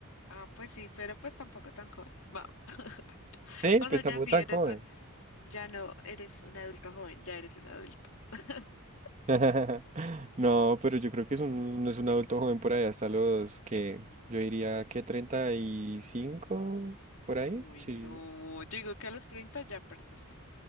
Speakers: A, on the left; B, on the right.
A: Ah, pues sí, pero pues tampoco tan joven. Va. <laughs>
B: Eh,
A: O sea,
B: pues
A: ya
B: tampoco
A: sí
B: tan
A: eres
B: joven.
A: un, ya no eres un adulto joven, ya eres un adulto. <laughs>
B: <laughs> No, pero yo creo que es un, no es un adulto joven por ahí hasta los que, yo diría que 35 por ahí.
A: Uy,
B: Sí.
A: no, yo digo que a los 30 ya perdiste.